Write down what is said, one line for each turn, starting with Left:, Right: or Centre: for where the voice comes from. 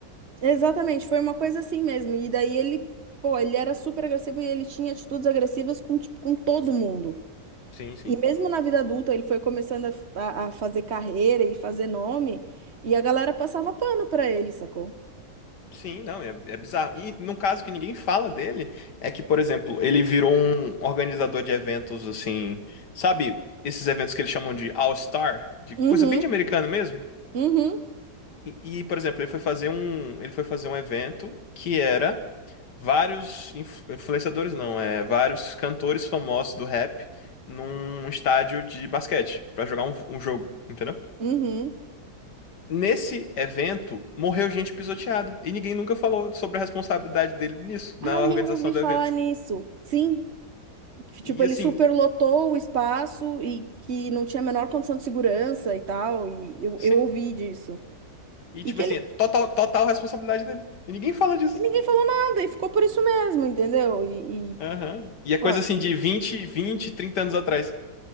Right: exatamente. Foi uma coisa assim mesmo. E daí ele, pô, ele era super agressivo e ele tinha atitudes agressivas com, tipo, com todo mundo.
Left: Sim, sim.
Right: E mesmo na vida adulta, ele foi começando a, a- a fazer carreira e fazer nome, e a galera passava pano pra ele, sacou?
Left: Sim, não, é, é bizarro. E num caso que ninguém fala dele, é que, por exemplo, ele virou um organizador de eventos assim, sabe? Esses eventos que eles chamam de All-Star, de
Right: Uhum,
Left: coisa bem de americano mesmo.
Right: uhum,
Left: E, e, por exemplo, ele foi fazer um, ele foi fazer um evento que era vários inf- influenciadores, não, é vários cantores famosos do rap num estádio de basquete pra jogar um, um jogo, entendeu?
Right: uhum.
Left: Nesse evento, morreu gente pisoteada e ninguém nunca falou sobre a responsabilidade dele nisso,
Right: Aí
Left: na organização
Right: eu ouvi
Left: do
Right: falar
Left: evento.
Right: nisso. Sim, que,
Left: E
Right: tipo, ele
Left: assim,
Right: superlotou o espaço e que não tinha a menor condição de segurança e tal, e eu,
Left: sim.
Right: eu ouvi disso.
Left: E
Right: E
Left: tipo
Right: que
Left: assim,
Right: ele.
Left: é total, total responsabilidade dele. E ninguém fala disso.
Right: E ninguém falou nada, e ficou por isso mesmo, entendeu? E, e,
Left: Aham. E é coisa
Right: pô.
Left: assim de vinte vinte 30 anos atrás.